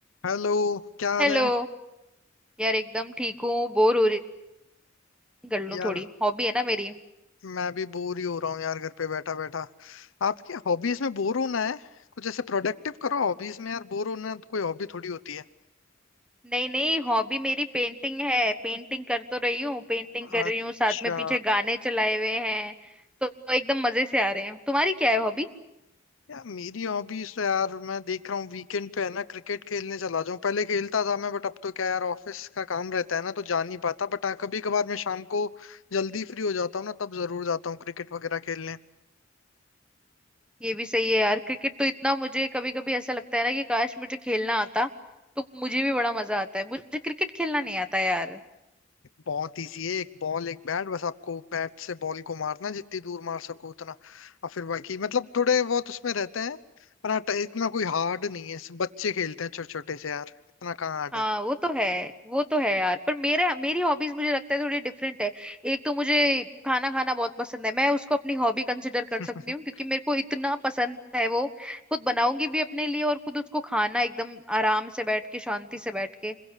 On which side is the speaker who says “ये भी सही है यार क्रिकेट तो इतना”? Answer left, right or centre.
Centre